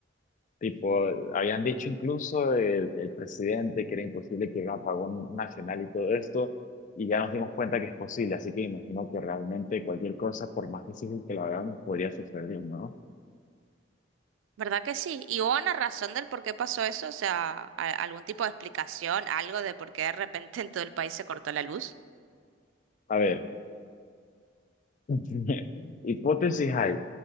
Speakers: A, on the left; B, on the right.
A: Tipo, habían dicho incluso el, el presidente que era imposible que hubiera un apagón nacional y todo esto, y ya nos dimos cuenta que es posible, así que imagino que realmente cualquier cosa, por más difícil que lo hagamos, podría suceder, ¿no?
B: ¿Verdad que sí? ¿Y hubo una razón del por qué pasó eso? O sea, a- algún tipo de explicación, algo de por qué de repente en todo el país se cortó la luz?
A: A ver, <laughs> hipótesis hay.